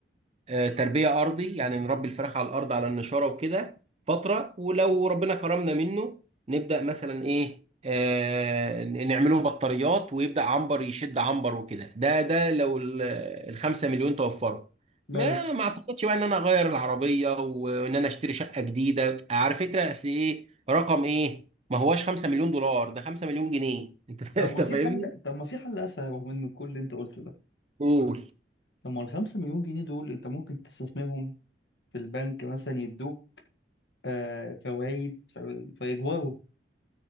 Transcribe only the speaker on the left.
ماشي
طب ما
في
حل طب ما في حل اسهل رغم من كل اللي انت قلته ده
طب ما الخمسة مليون جنيه دول انت ممكن تستثمرهم في البنك مثلا يدوك آه فوائد في- فيكبروا